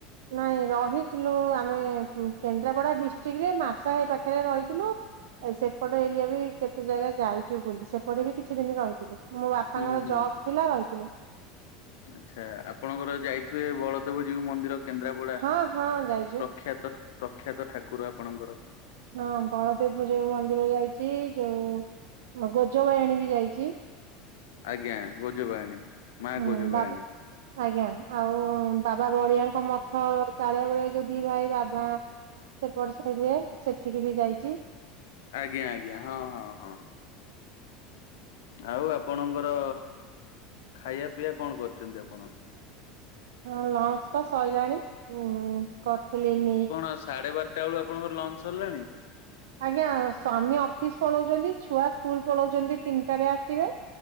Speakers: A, on the right; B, on the left.
A: ନାଇଁ ରହିଥିଲୁ, ଆମେ କେନ୍ଦ୍ରାପଡ଼ା ଡିଷ୍ଟ୍ରିକ୍ ରେ ମାର୍ଷା ଘାଇ ପାଖରେ ରହିଥିଲୁ ଏ ସେପଟ ଏରିଆ ବି କେତେ ଜାଗା ଯାଇଛୁ ବୁଲି, ସେପଟେ ବି କିଛି ଦିନି ରହିଥିଲୁ। ମୋ ବାପାଙ୍କର
B: ହୁଁ ହୁଁ
A: ଜବ୍ ଥିଲା ରହିଥିଲୁ।
B: ଆଚ୍ଛା, ଆପଣଙ୍କର ଯାଇଥିବେ ବଳଦେବ ଜିଉ ମନ୍ଦିର କେନ୍ଦ୍ରାପଡ଼ା,
A: ହଁ ହଁ ଯାଇଛୁ।
B: ପ୍ରଖ୍ୟାତ ପ୍ରଖ୍ୟାତ ଠାକୁର ଆପଣଙ୍କର!
A: ହଁ ବଳଦେବ ଜିଉ ମନ୍ଦିର ଯାଇଛି, ଯୋଉ ଗୋଜବାହିଣୀ ବି ଯାଇଚି।
B: ଆଜ୍ଞା, ଗୋଜବାୟାଣୀ ମା
A: ହୁଁ
B: ଗୋଜବାୟାଣୀ।
A: ବାବା ଆଜ୍ଞା, ଆଉ ବାବା ବଳିଆଙ୍କ ମଠ କାଳିଆ ବଳିଆ ଯୋଉ ଦି ଭାଇ ବାବା ସେପଟ ସାଇଡ ରେ ସେଠିକି ବି ଯାଇଛି!
B: ଆଜ୍ଞା, ଆଜ୍ଞା, ହଁ ହଁ ହଁ। ଆଉ ଆପଣଙ୍କର ଖାଇବା ପିଇବା କଣ କରିଛନ୍ତି ଆପଣ?
A: ହଁ ଲଞ୍ଚ ତ ସଇଲାଣି ହୁଁ କରିଥିଲି ଏଇ ମେ
B: କଣ ଆ ସାଢ଼େ ବାରଟା ବେଳୁ ଆପଣଙ୍କର ଲଞ୍ଚ୍ ସରିଲାଣି?
A: ଆଜ୍ଞା ସ୍ଵାମୀ ଅଫିସ ପଳାଉଛନ୍ତି। ଛୁଆ ସ୍କୁଲ ପଳାଉଛନ୍ତି ତିନିଟାରେ ଆସିବେ